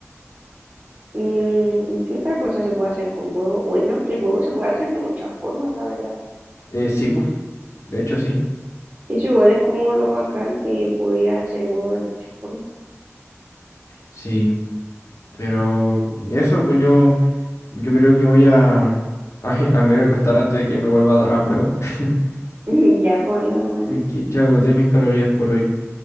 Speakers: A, on the right; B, on the left.
A: Mm, ¿qué otra cosa se puede hacer con huevo? Bueno, es que el huevo se puede hacer de muchas formas, la verdad.
B: Eh, sí, pues. De hecho, sí.
A: Eso igual es como lo bacán que podía hacer el huevo de muchas formas.
B: Sí. Pero eso, pues yo, yo creo que voy a, <laughs> a, a me recostar antes de que me vuelva a dar hambre, weón. <laughs>
A: <laughs> Ya, pues anda nomás.
B: Porque ya agoté mis calorías por hoy.